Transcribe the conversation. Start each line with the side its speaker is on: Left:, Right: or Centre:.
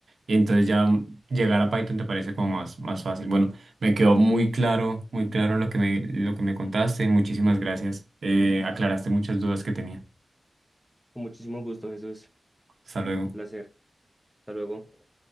Right: y entonces ya llegar a Python te parece como más, más fácil. Bueno, me quedó muy claro, muy claro lo que me, lo que me contaste. Muchísimas gracias. Eh, aclaraste muchas dudas que tenía.
Centre: Con muchísimo gusto, Jesús.
Right: Hasta luego.
Centre: Un placer. Hasta luego.